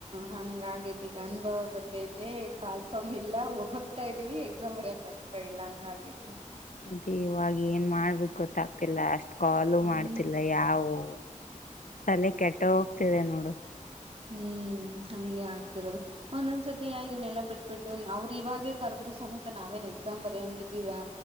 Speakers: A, on the right; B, on the left.
A: ಹಂಗೆ ಈಗ ಅನ್ಬಾ ಬಂದ ಮತ್ತೇ ಕಾಲ್ ಸ್ವಾಮಿ ಇಲ್ಲ ಆರ್ತಾ ಇದೀವಿ ಎಕ್ಸಾಮ್ ಬರಯಕ್ ಆಗ್ತಾ ಇಲ್ಲ ಹಂಗ ಹಾಗೇತಿ
B: ಮದೇ ಇವಾಗ ಏನ್ ಮಾಡ್ಬೇಕು ಗೊತ್ತಾ ಆತಿಲ್ಲ ಅಷ್ಟ್ ಕಾಲು
A: ಹ್ಮ್
B: ಮಾಡ್ತಿಲ್ಲ ಯಾವವು ತಲೆ ಕೆಟ್ಟ ಹೋಗ್ತಿದೆ ನೋಡು
A: ಹ್ಮ್ ಹಗೆ ಆಗ್ತಿರೋದು ಒಂದೊಂದ್ಸತಿ ಯನೆ ಎಲ್ಲಾ ಬಿಟ್ಬಿಟ್ಟು ಅವ್ರರು ಇವಾಗೆ ಕರ್ದರು ಸಮೇತ ನಾವೇನ್ ಎಕ್ಸಾಮ್ ಬರಿಂಗಿದಿವ